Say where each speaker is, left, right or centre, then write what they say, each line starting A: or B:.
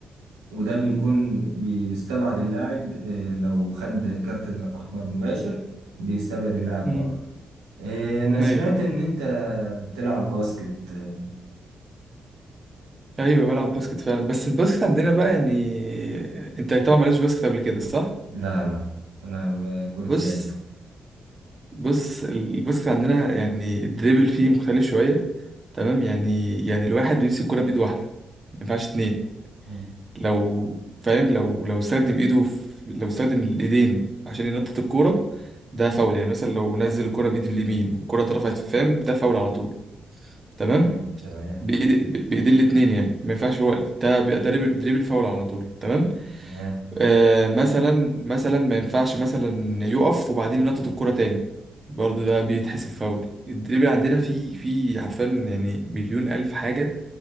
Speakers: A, on the right (about 85°); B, on the right (about 35°).
A: وده بيكون بيستبعد اللاعب آه، لو خد كارت احمر مباشر بيستبعد اللاعب
B: مم.
A: بره آه، انا
B: ايوه
A: سمعت
B: ايوه
A: ان انت بتلعب باسكت آه،
B: ايوه بلعب باسكت فعلا بس الباسكت عندنا بقى يعني انت طبعا مالكش باسكت قبل كده صح
A: لا لا انا آه، كرة
B: بص
A: يد
B: بص الباسكت عندنا يعني الدريبل فيه مختلف شويه تمام يعني يعني الواحد بيمسك الكرة بايد واحده ما ينفعش اتنين
A: مم.
B: لو فاهم لو لو استخدم ايده في لو استخدم الايدين عشان ينطط الكوره ده فاول يعني مثلا لو نزل الكرة بايد اليمين والكرة اترفعت فاهم ده فاول على طول تمام
A: تمام تمام
B: بايد ب- بايدين الاتنين يعني ما ينفعش هو ده بيبقى دريبل دريبل فاول على طول تمام
A: تمام
B: آه، مثلا مثلا ما ينفعش مثلا يقف وبعدين ينطط الكرة تاني برضه ده بيتحسب فاول الدريبل عندنا في في عارفين يعني مليون ألف حاجة